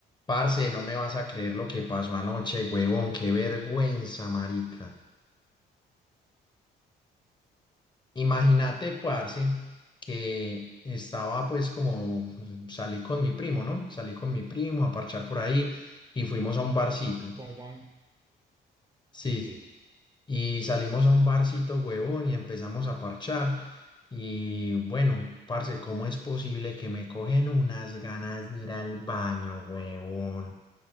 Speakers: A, on the left; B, on the right.
A: Parce, no me vas a creer lo que pasó anoche, huevón, qué vergüenza, marica. Imagínate, parce, que estaba pues como salí con mi primo, ¿no? Salí con mi primo a parchar por ahí y fuimos a un barcito.
B: Con Juan.
A: Sí,
B: Y sí.
A: sí. Y salimos a un barcito, huevón, y empezamos a parchar. Y bueno, parce, ¿cómo es posible que me cogen unas ganas de ir al baño, huevón?